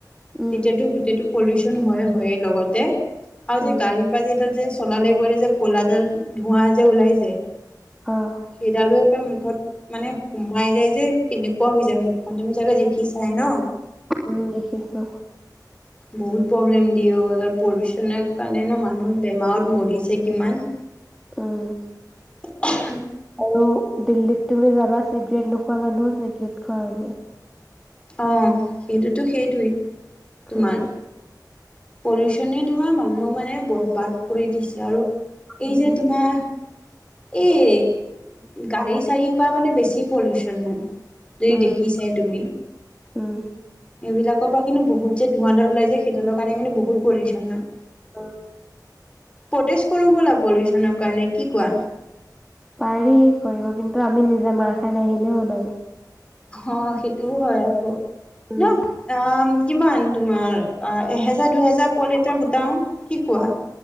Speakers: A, in the centre; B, on the left (about 15°).
A: উম,
B: তেতিয়াতো গোটেইটো। পলিউশন হৈয়ে লগতে। আৰু
A: উম,
B: যে গাড়ী পা যে। যে চলালে গলে যে কলাডাল ধোঁৱা যে ওলাই যে,
A: অ',
B: সেইডালো একে মুখত মানে সুমাই যায় যে কেনেকুৱা হৈ যায় মুখখন তুমি চাগে দেখি চাই ন।
A: উম, দেখিছো।
B: বহুত প্ৰব্লেম দিয়ে, এইডাল পলিউচনৰ কাৰণে ন মানুহ বেমাৰত মৰিছে কিমান।
A: উম।
B: <inaudible>
A: আৰু দিল্লীত তুমি যাবা চিগৰেট নোখোৱা মানুহো চিগৰেট খোৱা হৈ যায়।
B: অঁ। সেইটোতো সেইটোৱেই তোমাৰ
A: উম,
B: পলিউচনে তোমাৰ মানুহ মানে বৰবাদ কৰি দিছে আৰু এই
A: উম,
B: যে তোমাৰ এই গাৰি-চাৰি পৰা মানে বেছি পলিউচন হয়। যদি
A: উম,
B: দেখিছাই তুমি,
A: উম,
B: এইবিলাকৰ পৰা কিন্তু বহু বহুত যে ধোঁৱা দাল উলাই যে, সেইডালৰ কাৰণে কিন্তু বহুত পলিউচন হয়।
A: ওম
B: প্ৰটেষ্ট কৰো ব'লা, পলিউচনৰ কাৰণে কি কোৱা?
A: পাৰি কৰিব কিন্তু আমি নিজে মাৰ খাই নাহিলে হ'ল আৰু।
B: অ সেইটোও হয় আৰু <unintelligible>
A: উম,
B: ন অম কিমান তোমাৰ এহেজাৰ দুহেজাৰ <unintelligible> গোটাও কি কোৱা?